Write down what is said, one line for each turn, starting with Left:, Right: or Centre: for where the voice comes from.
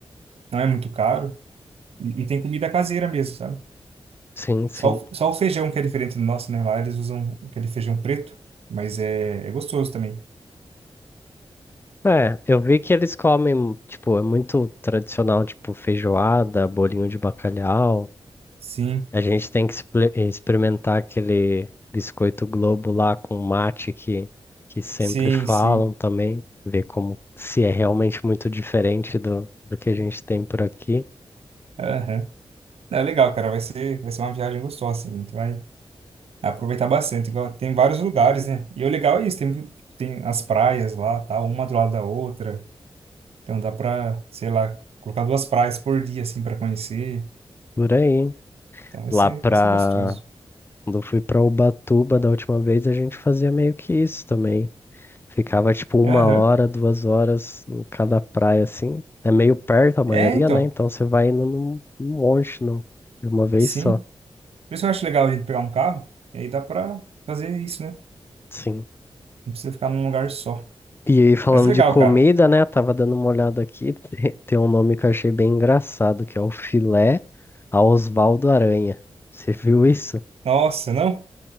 Right: Não é muito caro e, e tem comida caseira mesmo, sabe?
Left: Sim, sim.
Right: Só o, só o feijão que é diferente do nosso, né? Lá eles usam aquele feijão preto, mas é, é gostoso também.
Left: É, eu vi que eles comem, tipo, é muito tradicional, tipo, feijoada, bolinho de bacalhau.
Right: Sim,
Left: A gente tem que exper- experimentar aquele biscoito Globo lá com mate que, que sempre
Right: sim,
Left: falam
Right: sim.
Left: também, ver como se é realmente muito diferente do, do que a gente tem por aqui.
Right: Aham. É legal, cara. Vai ser, vai ser uma viagem gostosa, assim. A gente vai aproveitar bastante. Igual, tem vários lugares, né? E o legal é isso, tem, tipo, tem as praias lá, tá? Uma do lado da outra. Então dá pra, sei lá, colocar duas praias por dia, assim, pra conhecer.
Left: Por aí,
Right: Então vai
Left: lá
Right: ser,
Left: pra.
Right: vai ser gostoso.
Left: Quando eu fui pra Ubatuba da última vez, a gente fazia meio que isso também. Ficava tipo uma
Right: Aham.
Left: hora, duas horas em cada praia, assim. É meio perto a maioria,
Right: É, então,
Left: né? Então você vai indo num num monte, num- de uma vez
Right: sim.
Left: só.
Right: Por isso que eu acho legal a gente pegar um carro, e aí dá pra fazer isso, né?
Left: Sim.
Right: Não precisa ficar num lugar só.
Left: E aí, falando
Right: Mas legal,
Left: de comida,
Right: cara.
Left: né? Tava dando uma olhada aqui. <laughs> Tem tem um nome que eu achei bem engraçado, que é o filé a Osvaldo Aranha. Você viu isso?
Right: Nossa, não?